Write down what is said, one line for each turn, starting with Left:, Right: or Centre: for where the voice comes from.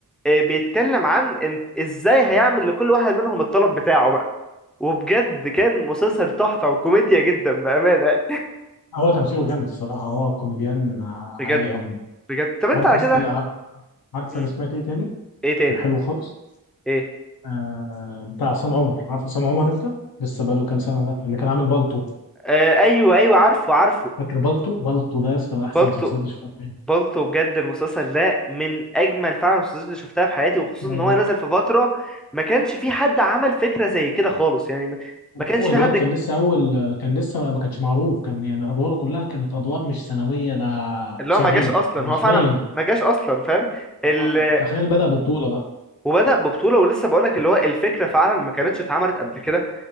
Centre: آه، بيتكلم عن انت ازاي هيعمل لكل واحد منهم الطلب بتاعه بقى وبجد كان مسلسل تحفة وكوميديا جدا بأمانة
Left: هو تمثيله جامد الصراحة هو كوميديان
Centre: <laughs> بجد
Left: عالي أوي
Centre: بجد طب انت
Left: عارف
Centre: على
Left: يا اسطى
Centre: كده
Left: اللي عارف عارف
Centre: مم.
Left: أنا سمعت إيه تاني
Centre: ايه تاني
Left: كان حلو خالص
Centre: ايه
Left: آه بتاع عصام عمر عارف عصام عمر أنت لسه بقاله كام سنة ده اللي كان عامل بالطو
Centre: آه ايوه ايوه عارفه عارفه
Left: فاكر بالطو بالطو ده يا اسطى من أحسن
Centre: بالطو
Left: المسلسلات اللي شفتها في حياتي
Centre: بالطو بجد المسلسل ده من اجمل فعلا المسلسلات اللي شفتها في حياتي وخصوصا
Left: آه
Centre: ان هو نزل في فترة ما كانش في حد عمل فكرة زي كده خالص يعني ما ما كانش
Left: هو
Centre: في
Left: الواد
Centre: حد
Left: كان لسه أول كان لسه ما كانش معروف كان يعني أدواره كلها كانت أدوار مش ثانوية ده
Centre: اللي
Left: ساعية
Centre: هو ما جاش اصلا
Left: مش
Centre: هو فعلا
Left: باينة
Centre: ما جاش اصلا فاهم ال-
Left: آه، آه، تخيل بدأ ببطولة بقى
Centre: وبدأ ببطولة ولسه بقولك اللي هو الفكرة فعلا ما كانتش اتعملت قبل كده